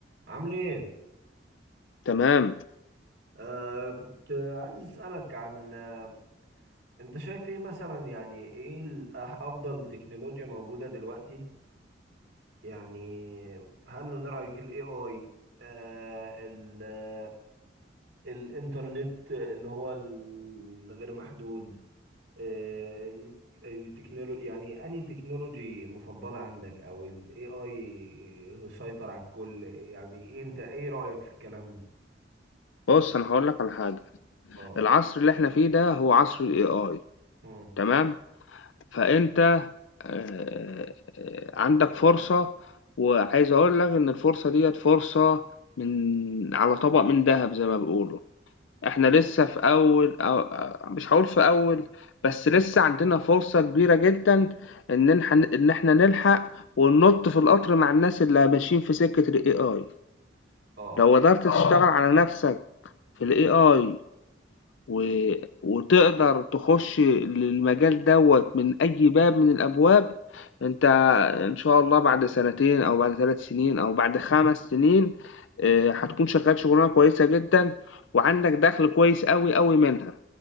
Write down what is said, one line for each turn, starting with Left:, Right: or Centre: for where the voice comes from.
Right: عامل ايه؟
Left: تمام.
Right: آه كنت عايز اسألك عن آه انت شايف ايه مثلا يعني ايه ال- افضل تكنولوجيا موجودة دلوقتي؟ يعني هل من رأيك الاي اي آه ال آه، الانترنت اللي هو الغير محدود آه التكنولوجي يعني انهي تكنولوجي مفضلة عندك او الاي اي سيطر على الكل يعني إيه انت ايه رأيك في الكلام ده؟
Left: بُص، أنا هاقول لك على حاجة،
Right: اه
Left: العصر اللي إحنا فيه ده هو عصر الAI
Right: مم.
Left: تمام، فأنت آآ عندك فرصة وعايز أقول لك إن الفرصة ديّة فرصة من على طبق من دهب زي ما بيقولوا، إحنا
Right: اه
Left: لسه في أول أو أو- مش هاقول في أول، بس لسه عندنا فرصة كبيرة جدًا إن نلح إن إحنا نلحق وننُط في القطر مع الناس اللي ماشيين في سكة الAI
Right: اه
Left: لو قدرت تشتغل على نَفْسك في الAI و... وتقدر تخش للمجال دوت من أي باب من الأبواب أنت إن شاء الله بعد سنتين أو بعد 3 سنين أو بعد 5 سنين آآ، هتكون شغال شغلانة كويسة جدًا وعندك دخل كويس أوي، أوي منها،